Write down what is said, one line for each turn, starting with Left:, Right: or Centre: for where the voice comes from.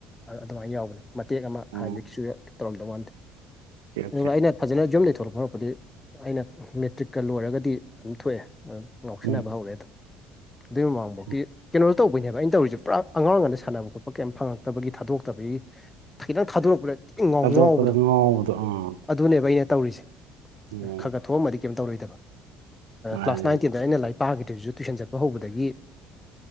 Left: ꯑꯗꯨꯃꯥꯏꯅ ꯌꯥꯎꯕꯅꯦ ꯃꯇꯦꯛ ꯑꯃ
Right: ꯎꯝ
Left: ꯍꯥꯏꯕꯗꯤ ꯃꯤꯛꯆꯨꯌꯦꯠ ꯇꯧꯔꯝꯗꯧꯕ ꯃꯥꯟꯗꯦ
Right: ꯑꯣꯀꯦ ꯑꯣꯀꯦ
Left: ꯑꯗꯨꯒ ꯑꯩꯅ ꯐꯖꯅ ꯌꯨꯝꯗꯒꯤ ꯊꯣꯔꯛꯄ ꯍꯧꯔꯛꯄꯗꯤ ꯑꯩꯅ ꯃꯦꯇ꯭ꯔꯤꯛ ꯀ ꯂꯣꯏꯔꯒꯗꯤ ꯑꯗꯨꯝ ꯊꯣꯛꯑꯦ ꯉꯥꯎꯁꯟꯅꯕ
Right: ꯎꯝ
Left: ꯍꯧꯔꯦ ꯑꯗꯨꯝ ꯑꯗꯨ ꯃꯃꯥꯡ ꯕꯣꯛꯇꯤ
Right: ꯎꯝ
Left: ꯀꯩꯅꯣ ꯇꯧꯕꯅꯦꯕ ꯑꯩꯅ ꯇꯧꯔꯤꯁꯦ ꯄꯨꯔꯥ ꯑꯉꯥꯡ ꯑꯣꯏꯔꯉꯩꯗ ꯁꯥꯟꯅꯕ ꯈꯣꯠꯄ ꯀꯩꯝ ꯐꯪꯉꯛꯇꯕꯒꯤ ꯊꯥꯗꯣꯛꯇꯕꯒꯤ ꯈꯤꯇꯪ ꯊꯥꯗꯣꯔꯛꯄꯗ ꯏꯉꯥꯎ
Right: ꯊꯥꯗꯣꯔꯛꯄꯗ
Left: ꯉꯥꯎꯕꯗꯣ
Right: ꯑꯥ
Left: ꯑꯗꯨꯅꯦꯕ ꯑꯩꯅ ꯇꯧꯔꯤꯁꯦ
Right: ꯎꯝ
Left: ꯈꯔ ꯈꯕ ꯊꯣꯛꯑꯝꯃꯗꯤ ꯀꯩꯝ ꯇꯧꯔꯣꯏꯗꯕ
Right: ꯃꯥꯅꯤꯅꯦ
Left: ꯀ꯭ꯂꯥꯁ ꯅꯥꯏꯟ ꯇꯦꯟꯗ ꯑꯩꯅ ꯂꯥꯏꯔꯤꯛ ꯄꯥꯈꯤꯗꯔꯤꯁꯨ ꯇꯨꯏꯁꯟ ꯆꯠꯄ ꯍꯧꯕꯗꯒꯤ